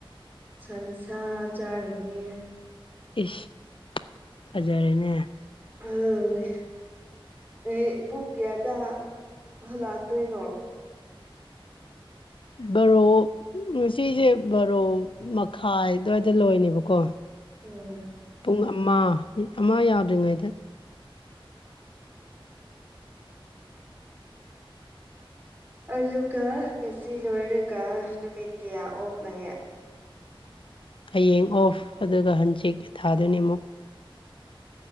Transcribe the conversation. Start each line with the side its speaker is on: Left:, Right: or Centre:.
Right: ꯁꯟꯁꯥ ꯆꯥꯔꯅꯤꯌ‌ꯦ
Left: ꯏꯁ ꯐꯖꯔꯦꯅꯦ
Right: ꯍ ꯅ‌ꯣꯏ ꯄꯨꯡ ꯀꯌꯥꯗ ꯍꯜꯂꯥꯛꯇꯣꯏꯅꯣ
Left: ꯕꯔꯣ ꯉꯁꯤꯁꯦ ꯕꯔꯣ ꯃꯈꯥꯏ ꯑꯗꯨꯋꯥꯏꯗ ꯂꯣꯏꯅꯦꯕꯀꯣ
Right: ꯎꯝ
Left: ꯄꯨꯡ ꯑꯃ ꯑꯃ ꯌꯥꯎꯗ꯭ꯔꯤꯉꯩꯗ
Right: ꯑꯗꯨꯒ ꯉꯁꯤ ꯂꯣꯏꯔꯒ ꯅꯨꯃꯤꯠ ꯀꯌꯥ ꯑꯣꯐ ꯂꯩꯥꯑꯦ
Left: ꯍꯌꯦꯡ ꯑꯣꯐ ꯑꯗꯨꯒ ꯍꯪꯆꯤꯛ ꯊꯥꯗꯨꯏꯅꯤ ꯑꯃꯨꯛ